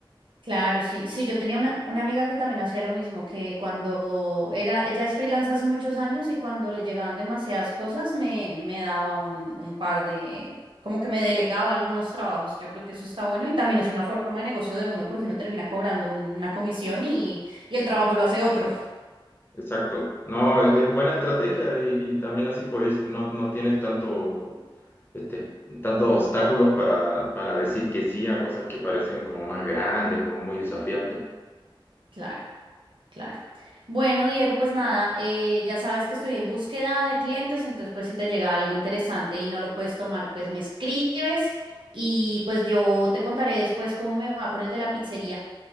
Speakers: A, on the right; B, on the left.
A: Claro, sí, sí, yo tenía una, una amiga que también hacía lo mismo, que cuando era, ella es freelance hace muchos años y cuando le llegaban demasiadas cosas me, me daba un, un par de, como que me delegaba algunos trabajos, yo creo que eso está bueno y también es una forma de negocio de uno porque uno termina cobrando un- una comisión y, y el trabajo lo hace otro.
B: Exacto. No, es, es buena estrategia y, y también así pues no, no tienes tanto, este, tantos obstáculos para, para decir que sí a cosas que parecen como más grandes o muy desafiantes.
A: Claro. Claro. Bueno, Diego, pues nada, eh, ya sabes que estoy en búsqueda de clientes, entonces pues si te llega algo interesante y no lo puedes tomar, pues me escribes y pues yo te contaré después cómo me va con el de la pizzería.